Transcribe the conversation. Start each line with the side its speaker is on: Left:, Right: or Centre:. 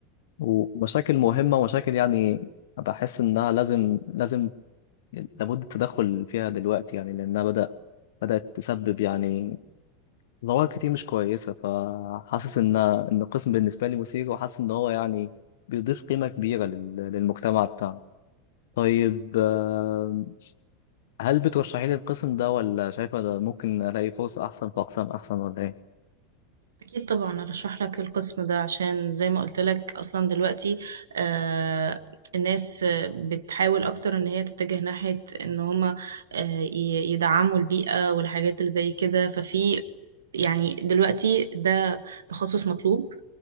Left: ومشاكل مهمة مشاكل يعني بحس إنها لازم لازم لابد التدخل فيها دلوقتي يعني لأنها بدأ بدأت تسبب يعني ظواهر كتير مش كويسة فحاسس إن إن القسم بالنسبة لي مثير وحاسس إن هو يعني بيضيف قيمة كبيرة لل- للمجتمع بتاعنا طيب آه، هل بترشحي لي القسم ده ولا شايفة ده ممكن ألاقي فرصة أحسن في أقسام أحسن ولا إيه؟
Right: أكيد طبعا أرشح لك القسم ده عشان زي ما قلت لك أصلا دلوقتي آه الناس آه، بتحاول أكتر إن هي تتجه ناحية إن هما آه ي- يدعموا البيئة والحاجات اللي زي كده ففي يعني دلوقتي ده تخصص مطلوب